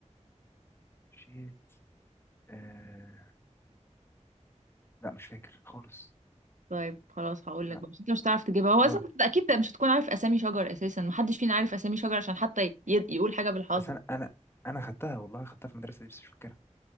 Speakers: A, on the left; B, on the right.
A: شيت آه لا مش فاكر خالص
B: طيب خلاص هقول
A: لا.
B: لك بقى عشان انت مش هتعرف تجيبها هو
A: اه
B: اصلا انت اكيد مش هتكون عارف اسامي شجر اساسا محدش فينا عارف اسامي شجر عشان حتى ي- يقول حاجه بالحظ
A: بس انا انا انا خدتها والله خدتها في المدرسه دي بس مش فاكرها